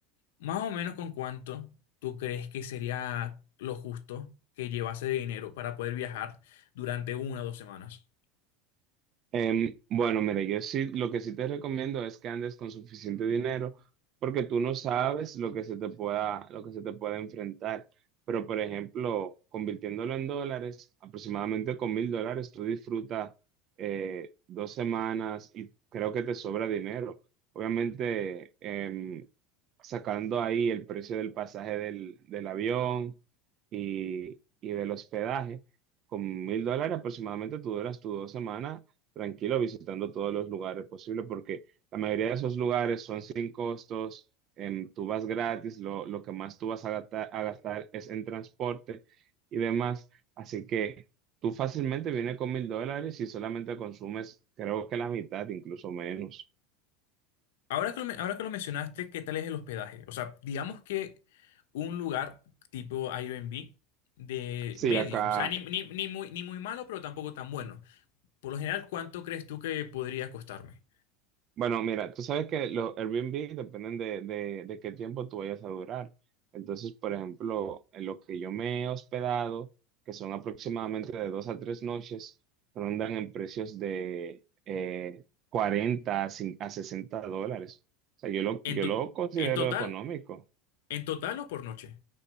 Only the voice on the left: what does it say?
Más o menos con cuánto tú crees que sería lo justo que llevase de dinero para poder viajar durante una o dos semanas.
Ahora que lo, men- ahora que lo mencionaste, ¿qué tal es el hospedaje? O sea, digamos que un lugar tipo Airbnb de
medio,
o sea, ni, ni- ni muy, ni muy malo, pero tampoco tan bueno. Por lo general, ¿cuánto crees tú que podría costarme?
En, to-
en total,
en total o por noche.